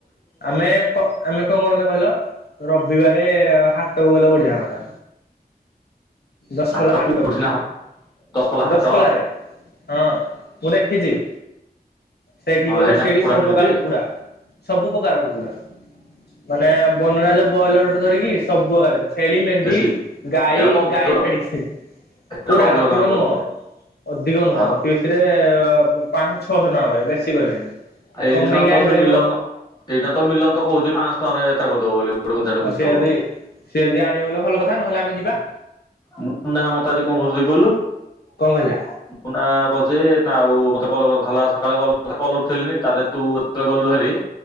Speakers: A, on the left; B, on the left.
A: ଆମେ ପ ଆମେ କଣ କଣଟା କହିଲ ରବିବାରେ ହାଟକୁ ଗଲେ ବଢିଆ ହନ୍ତା। ଦଶପଲା
B: ହାଟ
A: ହାଟକୁ।
B: କୋଉଠି ନା ଦଶପଲ୍ଲା ହାଟ
A: ଦଶପଲ୍ଲାରେ ହଁ ମୁଁ ଦେଖିଛି। ସେଇଠି
B: ହଁ
A: ଗଲେ
B: ହେଇଠି ନା
A: ସେଇଠି
B: କୁକୁଡ଼ା
A: ସବୁପକାର
B: ମିଳୁଛି
A: କୁକୁଡ଼ା। ସବୁ ପ୍ରକାର କୁକୁଡ଼ା ମାନେ ବନରାଜ ବ୍ରଏଲରଠୁ ଧରିକି ସବୁଆଡ଼େ ଛେଳି ମେଣ୍ଢି
B: ଦେଶୀ
A: ଗାଈ
B: ଏରା ତ ଅଧିକ
A: ଗାଈ
B: ଟଙ୍କା
A: ଛାଡିକି
B: ଏରା
A: ଖୁରା
B: ତ ଅଧିକ ଟଙ୍କା
A: ନୁହଁ
B: କହିଦେବେ
A: ଅଧିକ ନୁହଁ
B: ଆଉ
A: ଅତିବେଶୀରେ ଆ ପାଞ୍ଚଶହ ଛଅଶହ ଟଙ୍କା କହିବେ ବେଶୀ କହିବେନି।
B: ଆଉ
A: କମେଇକି
B: ଏଇଠିିନ ତ
A: ଆଣିପାରିବ
B: ସେ ମିଲନ ଏଇଟା ତ ମିଲନ କହୁଛି ପାଁଶହ ଏତେ କରିଦବ ବୋଲି। ଗୋଟେ କଞ୍ଚାଟେ ବୁଝିଦବ।
A: ଆଉ ସିଏ ଯଦି ସିଏ ଯଦି ଆଣିବ ବଲେ ଭଲ କଥା ନହେଲେ ଆମେ ଯିବା।
B: ମୁନା ମତେ ଆଜି କଣ କହୁଥିଲା କହିଲୁ
A: କଣ କହିଲା
B: ମୁନା କ ଯେ ନା ଆଉ ମତେ କଲ କରିଥିଲା ସକାଳେ କଲ ଉଠେଇି ତରେ ତୁ ଏ ଗଲୁ ଭାରି